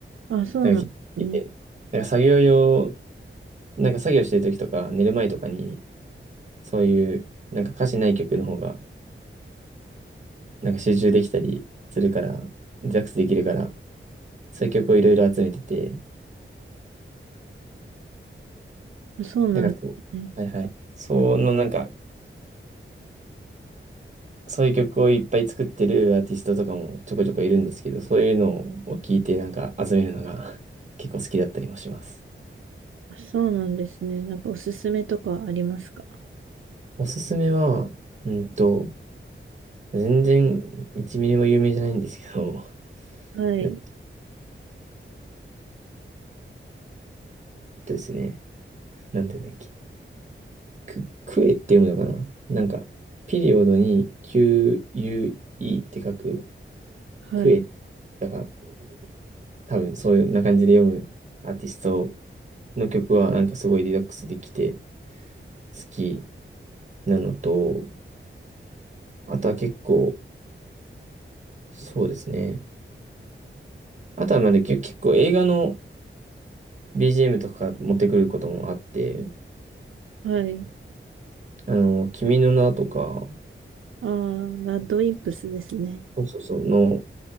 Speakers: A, on the right; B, on the right.
A: あ、そうなんですね。
B: なんか結構好きで、なんか作業用、なんか作業してる時とか、寝る前とかに、そういう、なんか歌詞ない曲の方が、なんか集中できたりするから、リラックスできるから、そういう曲をいろいろ集めてて、
A: あそうなんですね。
B: だからこう、はいはい。そのなんか、そういう曲をいっぱい作ってるアーティストとかもちょこちょこいるんですけど、そういうのを聞いてなんか集めるのが <laughs> 結構好きだったりもします。
A: あ、そうなんですね。なんかおすすめとかありますか
B: おすすめは、うんと、全然1ミリも有名じゃないんですけど、
A: はい。
B: えっとですね、なんて言うんだっけ、ク、クエって読むのかななんか、ピリオドに QUE って書く、
A: はい。
B: クエっだから、多分そういうな感じで読むアーティストの曲はなんかすごいリラックスできて好きなのと、あとは結構、そうですね。あとはまだ結結構映画の BGM とか持ってくることもあって、
A: はい。
B: あの、君の名とか、
A: ああ、ラッドウィンプスですね。
B: そうそうそう、の、